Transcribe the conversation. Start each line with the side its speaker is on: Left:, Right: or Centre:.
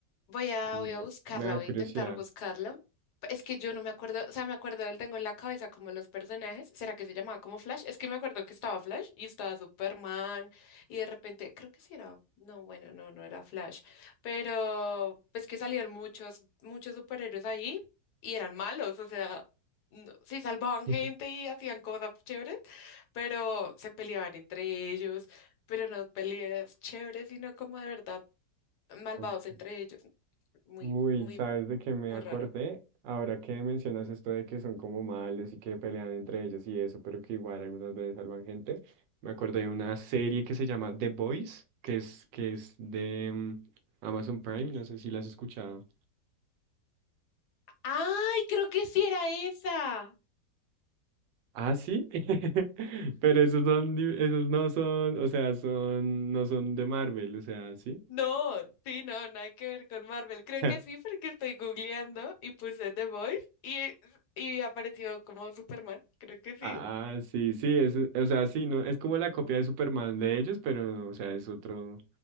Left: Voy a,
Right: Y
Left: voy a buscarla,
Right: eh, me da
Left: voy
Right: curiosidad.
Left: a intentar buscarlo. Es que yo no me acuerdo, o sea, me acuerdo del tengo en la cabeza como los personajes. ¿Será que se llamaba como Flash? Es que me acuerdo que estaba Flash y estaba Superman y de repente, creo que sí era, no, bueno, no, no era Flash, pero pues que salían muchos, muchos superhéroes ahí y eran malos, o sea, no- sí salvaban
Right: <laughs>
Left: gente y hacían cosas chéveres, pero se peleaban entre ellos, pero no peleas chéveres, sino como de verdad malvados
Right: Ok.
Left: entre ellos. Muy,
Right: Uy,
Left: muy,
Right: ¿sabes de qué me
Left: muy
Right: acordé?
Left: raro.
Right: Ahora que mencionas esto de que son como malos y que pelean entre ellos y eso, pero que igual algunas veces salvan gente, me acordé de una serie que se llama The Boys, que es, que es de mm, Amazon Prime, no sé si la has escuchado.
Left: ¡Ay! Creo que sí era esa.
Right: Ah, sí, <laughs> pero esos son, di- esos no son, o sea, son, no son de Marvel, o sea, sí.
Left: No, sí, no, nada que ver con Marvel. Creo
Right: <laughs>
Left: que sí, porque estoy googleando y puse The Voice y, eh, y apareció como Superman. Creo que sí.
Right: Ah, ah, sí, sí, es, o sea, sí, no, es como la copia de Superman de ellos, pero, o sea, es otro,